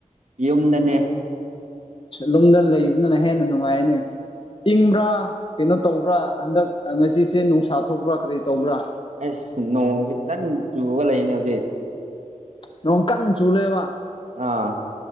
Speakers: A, on the right; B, on the left.
A: ꯌꯨꯝꯗꯅꯦ꯫
B: ꯅꯨꯡꯗ ꯂꯩꯕꯅꯅ ꯍꯦꯟꯅ ꯅꯨꯡꯉꯥꯏꯅꯦ ꯏꯪꯕ꯭ꯔꯥ ꯀꯩꯅꯣ ꯇꯧꯕ꯭ꯔꯥ ꯍꯟꯗꯛ ꯉꯁꯤꯁꯦ ꯅꯨꯡꯁꯥ ꯊꯣꯛꯄ꯭ꯔꯥ ꯀꯔꯤ ꯇꯧꯕ꯭ꯔꯥ
A: ꯑꯁ ꯅꯣꯡꯁꯤ ꯐꯖꯅ ꯆꯨꯔ ꯂꯩꯅꯦ ꯍꯧꯖꯤꯛ
B: ꯅꯣꯡ ꯀꯟꯅ ꯆꯨꯔ‌ꯦꯕ
A: ꯑꯥ